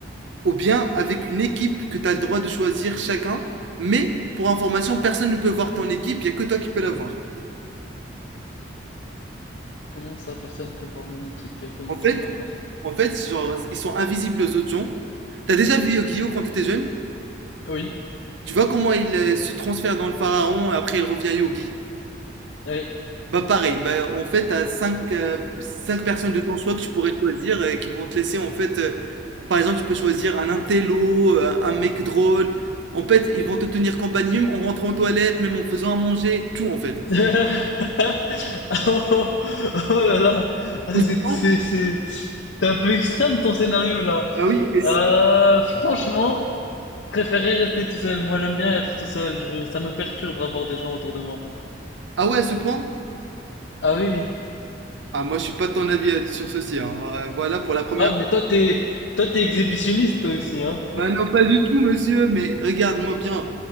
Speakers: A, on the right; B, on the left.
A: ou bien avec une équipe que tu as le droit de choisir chacun, mais pour information, personne ne peut voir ton équipe, il n'y a que toi qui peux la voir.
B: comment ça, personne peut voir mon équipe? Il n'y a que moi
A: En
B: qui
A: fait,
B: peux la voir.
A: en fait, genre, ils sont invisibles aux autres gens. T'as déjà vu Yogi-Yo quand t'étais jeune
B: Oui,
A: Tu vois comment il euh, se transfère dans le pharaon et après il revient Yogi
B: oui.
A: Bah pareil, bah, en fait, t'as cinq, euh, cinq personnes de ton choix que tu pourrais choisir et qui vont te laisser en fait... euh, par exemple, tu peux choisir un intello, euh, un mec drôle. En fait, ils vont te tenir compagnie même en rentrant en toilette, même en faisant à manger, tout en fait.
B: <laughs> Oh, oh là là, Ah,
A: Ou
B: c'est
A: sinon,
B: c'est- c'est- c'est un peu extrême ton scénario là.
A: Ah oui, et c'est-
B: Euh, franchement, Je préférais rester tout seul. Moi, j'aime bien être tout seul. Je, ça me perturbe avoir des gens autour de moi.
A: Ah ouais, à ce point?
B: Ah oui, oui.
A: Ah, moi, je suis pas de ton avis euh, sur ceci. hein. Euh, Voilà, pour la première.
B: Ah, mais toi, t'es, toi, t'es exhibitionniste, toi aussi, hein.
A: Ah non, pas du tout, monsieur, mais regarde-moi bien.